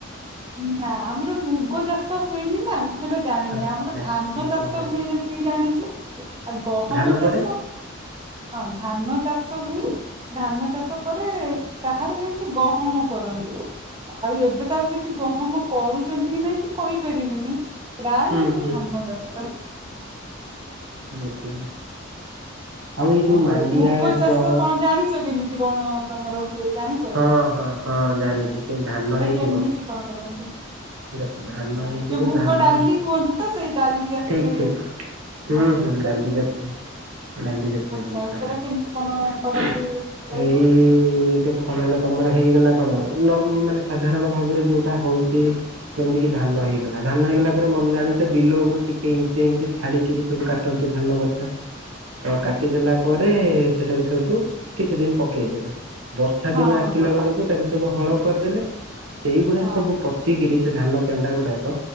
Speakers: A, on the right (about 25°); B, on the right (about 80°).
A: ନା ଆମର ମୁଗ ଚାଷ ହୁଏନି ନା। ସେବେ ଜାଣିନି
B: ଆଚ୍ଛା
A: ଆମର ଧାନ
B: ମୁଗ
A: ଚାଷ
B: ହଳଦୀ
A: ହୁଏ ଯେତିକି ଜାଣିଛି। ଆଉ ଗହମ
B: ଧାନ
A: ଚାଷ
B: ପରେ
A: ହଁ ଧାନ ଚାଷ ହୁଏ। ଧାନ ଚାଷ ପରେ କାହାର କେମିତି ଗହମ କରନ୍ତି। ଆଉ ଏବେ ତ ଆଉ ସେଠି ଗହମ କରୁଛନ୍ତି କି ନାଇଁ ମୁଁ କହିପାରିବିନି। ପ୍ରାୟ
B: ହୁଁ
A: ଆମର
B: ହୁଁ।
A: ଧାନ ଚାଷ।
B: ବୁଝିଲି।
A: <inaudible>
B: ଆଉ
A: ଓ
B: ଏଇ ଯୋଉ ମାଣ୍ଡିଆ
A: ତ ମୁଗ ଚାଷ
B: ଯଅ
A: କଣ ଜାଣିଛ କେମିତି କଣ ତମର ହୁଏ ଜାଣିଛ।
B: ହଁ ହଁ ହଁ ଜାଣିଛି ସେ ଧାନ
A: ସେଟା
B: ହେଇଯିବ
A: କେମିତି କଣ କରନ୍ତି।
B: ଦେଖ ଧାନ ହେଇଯିବ
A: ଯୋଉ ମୁଗ
B: ଧାନ
A: ଡାଲି କୁହନ୍ତି। ତ ସେଇ ଡାଲି ଜାତୀୟ
B: ଠିକ ଠିକ
A: ଯୋଉ
B: ହୁଁ
A: ଆଚ୍ଛା
B: ହୁଁ ଡାଲି ଜାତୀୟ ଡାଲି ଜାତୀୟ
A: ଆଚ୍ଛା
B: ଜିନିଷଟା।
A: ସେଟା କେମିତି କଣ କରନ୍ତି କହିବ?
B: ଏଇ ଦେଖ ମାନେ ତମର ହେଇଗଲା। ଆପଣ ନର୍ ମାନେ ସାଧାରଣ ଭାବରେ ଯୋଉଟା ହେଉଛି। ଯେମତି କିି ଧାନ ହେଇଗଲା। ଧାନ ହେଇଗଲା ପରେ ମନେ ଜାଣିଛ ବିଲୋ ଉପ ଟିକେ ଇଞ୍ଚେ ଇଞ୍ଚେ ଛାଡିକିରି ସବୁ କାଟନ୍ତି। ଧାନ ବଛା। ତ କାଟିଦେଲା ପରେ ସେଟାକୁ ସେଇଠୁ କିଛି ଦିନ ପକେଇଦେବେ। ବର୍ଷା
A: ହଁ
B: ଦିନ
A: ହଁ
B: ଆସିଲା ବେଳକୁ ତାକୁ ସବୁ ହଳ କରିଦେଲେ। ସେଇଗୁଡା
A: ହଁ
B: ସବୁ ପଚିକିରି ସେ ଧାନ କେଣ୍ଡା ଗୁଡାକ